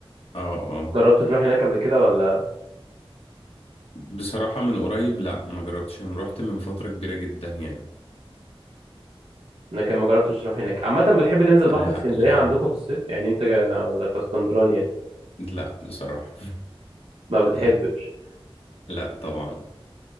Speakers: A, on the left; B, on the right.
A: اه اه
B: جربت تروح هناك قبل كده ولا
A: بصراحة من قريب لا ما جربتش انا رحت من فترة كبيرة جدا يعني
B: لكن ما جربتش تروح هناك عامة بتحب تنزل بحر
A: لا
B: في اسكندرية
A: لو
B: عندكم في الصيف يعني انت ك- ولا كاسكندراني يعني
A: لا بصراحة
B: ما بتحبش
A: <laughs> لا طبعا